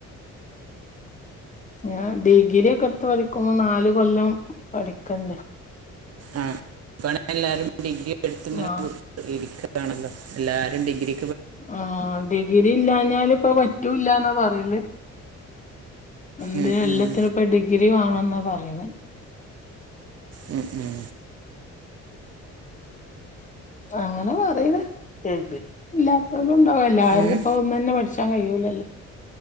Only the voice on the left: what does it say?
ഞാൻ ഡിഗ്രി ഒക്കെ എടുത്ത് പഠിക്കുമ്പോ നാല് കൊല്ലം പഠിക്കണ്ടേ
ആ
ആഹ് ഡിഗ്രി ഇല്ലാഞ്ഞാല് ഇപ്പം പറ്റൂല്ലാന്നാ പറയ്ണേ എന്തിന്
എല്ലാത്തിനും
ഇപ്പം ഡിഗ്രി വേണംന്നാ പറയ്ണേ
അങ്ങനെ പറയ്ന്നെ കേട്ട് ഇല്ലാത്തവലും ഉണ്ടാവോല്ലോ എല്ലാവാരും
ഇപ്പൊ ഒന്ന് തന്നെ പഠിച്ച് ഇപ്പം കഴിയൂലല്ല